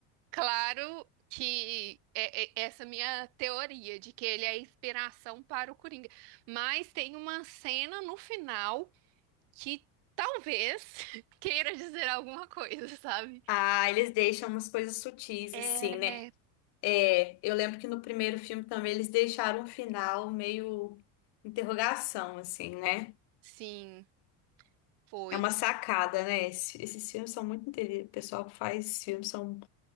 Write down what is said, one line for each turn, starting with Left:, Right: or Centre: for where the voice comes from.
Right: claro que é, é- é essa minha teoria de que ele é a inspiração para o Coringa. Mas tem uma cena no final que talvez <laughs> queira dizer alguma coisa, sabe?
Left: Ah, eles deixam umas coisas sutis,
Right: É,
Left: assim, né? É, eu lembro que no primeiro filme também eles deixaram um final meio interrogação, assim, né?
Right: sim, foi,
Left: É uma sacada, né? Esse- Esses, filmes são muito inteligentes. O pessoal que faz filmes são